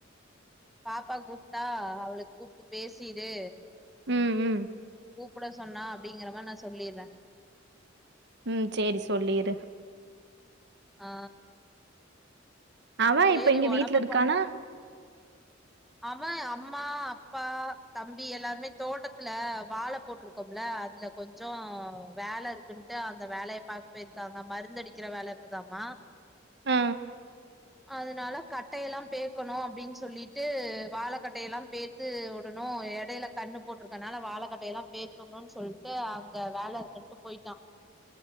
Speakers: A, in the centre; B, on the right.
A: பாப்பா கூப்ட்டா அவளுக் கூப்ட்டு பேசிரு
B: ம் ம்
A: கூப்ட சொன்னா அப்டிங்கிறமா நா சொல்லிர்றே
B: ம் சேரி சொல்லிரு
A: ஆ
B: அவே
A: சேரி
B: இப்ப இங்க
A: ஒடம்ப
B: வீட்ல இருக்கானா
A: அவே அம்மா அப்பா தம்பி எல்லாருமே தோட்டத்துல வாழ போட்ருக்கோம்ல அதுல கொஞ்சோ வேல இருக்குன்ட்டு அந்த வேலைய பாக்க போயிருக்காங்க மருந்து அடிக்கிற வேல இருக்குதாமா
B: ஆ
A: அதனால கட்டையெல்லா பேக்கணு அப்டின்னு சொல்லிட்டு வாழைக்கட்டை எல்லா பேத் த்து விடணு இடையில கண்ணு போட்டிருக்கனால வாழைகட்டைய எல்லா பேத்துணுன்னு சொல்லிட்டு அங்க வேல இருக்குன்ட்டு போயிட்டா